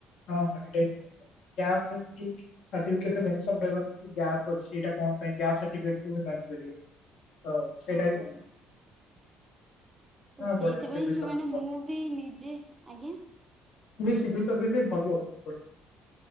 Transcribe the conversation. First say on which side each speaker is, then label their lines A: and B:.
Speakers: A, on the left; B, on the right.
A: ହଁ ହଁ ଏଇଟା ହିଁ ଭଲ ଗ୍ୟାପ <inaudible> ସାର୍ଟିଫିକେଟ ରେ ମେନ୍ସନ୍ ରହିବନି କି ଗ୍ୟାପ ଅଛି ଏଇଟା କଣ ପାଇଁ ଗ୍ୟାପ ସାର୍ଟିଫିକେଟ ମାଗି ପାରିବେ। ହଉ ସେଇଟା
B: ହଁ
A: ବି ଭଲ।
B: ତ
A: ହଁ
B: ସେଇଥିପାଇଁଁ
A: ବଢିଆ ସିଭିଲ୍ ସର୍ଭିସ୍
B: ମାନେ ମୁଁ
A: ଭଲ
B: ବି ନିଜେ ଆଜ୍ଞା?
A: ମୁଁ କହିଲି ସିଭିଲ୍ ସର୍ଭିସ ବି ଭଲ ବହୁତ ଭଲ।